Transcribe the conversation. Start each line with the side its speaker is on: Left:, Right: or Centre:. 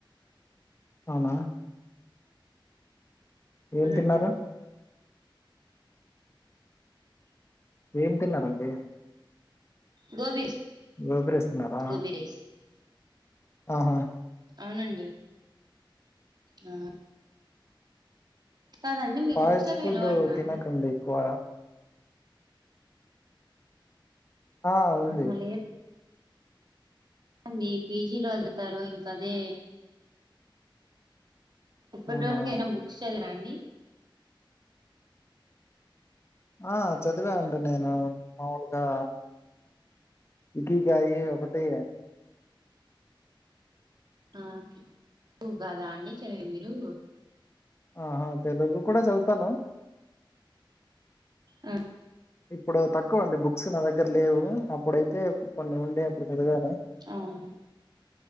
Left: అవునా
Right: అవునండి
Left: ఏం తిన్నారు ఏం తిన్నారండి
Right: గోబీ
Left: గోబి రైస్ తీన్నారా
Right: గోబీ రైస్
Left: ఆహా
Right: అవునండి ఆ కాదండి మీరు
Left: ఫాస్ట్
Right: బుక్స్ చదివే
Left: ఫుడ్
Right: అలవాటున్నా
Left: తినకండి
Right: అండి
Left: ఎక్కువ ఆ ఉంది
Right: ఆహా అండి పీజీలో పెడతారు ఇంకా అదే ఇప్పటి
Left: అవునా
Right: వరకు ఆయినా బుక్స్ చదివర అండి
Left: ఆ చదివా అండి నేను మాముూలుగా ఇడిలీ కాయి ఒకటే
Right: ఆ టు కదా అండి చదివి మీరు
Left: ఆహా తెలుగు కూడా చదుతాను
Right: ఆ
Left: ఇప్పుడు తక్కువ అండి బుక్స్ నా దగ్గర లేవు అప్పుడైతే కొన్ని ఉండే అప్పుడు పెరగాను
Right: అవును